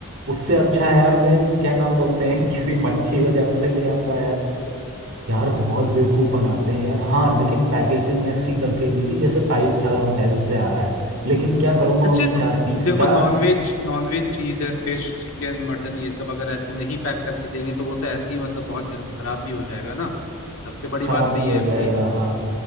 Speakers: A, on the right; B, on the left.
A: उससे अच्छा यार मैं क्या नाम बोलते हैं <laughs> किसी मच्छी बाजार से ले आता यार बहुत बेवकूफ बनाते हैं यार हाँ लेकिन पैकेजिंग ऐसी करके दी थी जैसे फाइव स्टार होटल से आ रहा है लेकिन क्या करूँ मैं
B: अच्छा
A: उन
B: तो
A: चार पीस
B: देखो
A: का
B: नॉनवेज नॉनवेज चीज है फिश चिकन मटन ये सब अगर ऐसे नहीं पैक करके देंगे तो वो तो ऐसे ही मतलब बहुत जल्द खराब भी हो जाएगा ना सबसे बड़ी
A: खराब
B: बात तो
A: भी
B: ये
A: हो
B: है भाई
A: जाएगा हाँ